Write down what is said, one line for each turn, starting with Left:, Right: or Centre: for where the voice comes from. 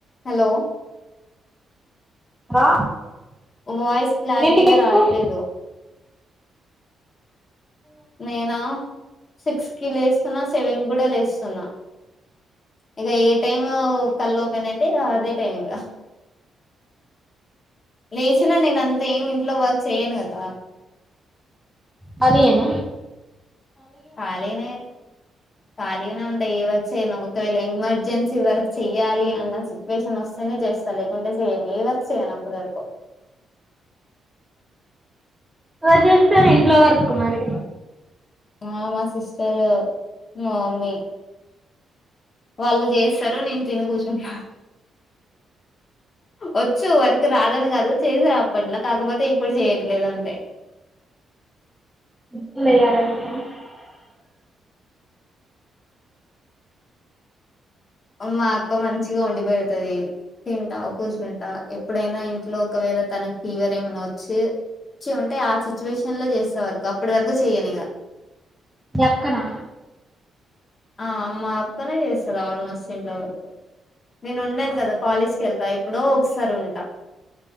Left: హలో
Centre: ఆ
Left: వాయిస్ క్లారిటీగా
Centre: ఎన్నింటికి లేస్తావ్
Left: రాట్లేదు నేనా సిక్స్ కి లేస్తున్నా సెవెన్ కూడా లేస్తు తున్న ఇక ఏ టైం కళ్ళు ఓపెన్ అయితే ఇక అదే టైం ఇగా లేచిన నేను అంతే ఏమీ ఇంట్లో వర్క్ చేయను కదా
Centre: కలి యేన
Left: కలిగానే కలిగానే ఉంట ఏ వర్క్ చేయను ఒక వేళ ఎమర్జె జెన్సీ వరకు చెయ్యాలి అన్న సిచ్చువేషన్ వస్తేనే చేస్తా లేకుంటే చెయను ఏ వర్క్ చేయను అప్పుటి వరకు
Centre: ఎవరు చేస్తారు ఇంట్లో వర్క్ మరి
Left: ఆ మా సిస్టరు మా మమ్మీ వాళ్ళు చేస్తారు నేను తీని కూర్చుంట వచ్చు వర్క్ రాదని కాదు చేసా అప్పట్లో కాకపోతే ఇప్పుడు చేయట్లేదు అంతే
Centre: <unintelligible>
Left: మా అక్క మంచిగా వండి పేడతది తింటా కూర్చుంటా ఎప్పుడైనా ఇంట్లో ఒకవేళ తనకి ఫీవర్ ఏమైనా వచ్చి వచ్చిఉంటే ఆ సిచ్యువేషన్ లో చేస్తా వరకు అప్పటి వరకు చెయనిగా
Centre: మీ అక్క నా
Left: ఆ మా అక్కనే చేస్తుంది ఆల్మోస్ట్ చేస్తది ఇంట్లో వర్క్ నేను ఉండను
Centre: మీ
Left: కదా కాలేజ్కి వెళ్తా ఇప్పుడో ఒకసారి ఉంట అ